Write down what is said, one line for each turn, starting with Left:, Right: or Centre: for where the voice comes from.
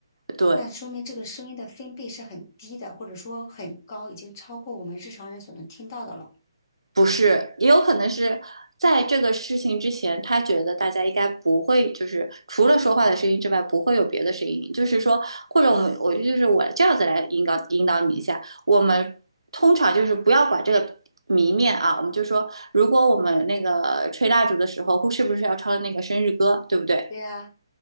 Right: 对。
Left: 那说明这个声音的分贝是很低的，或者说很高，已经超过我们日常人所能听到的了。
Right: 不是，也有可能是在这个事情之前，他觉得大家应该不会，就是除了说话的声音之外，不会有别的声音。就是说，或者我们，我就是我这样子来引导引导你一下。我们通常就是不要管这个谜面啊，我们就说，如果我们那个吹蜡烛的时候，会是不是要唱那个生日歌，对不对？
Left: 对呀、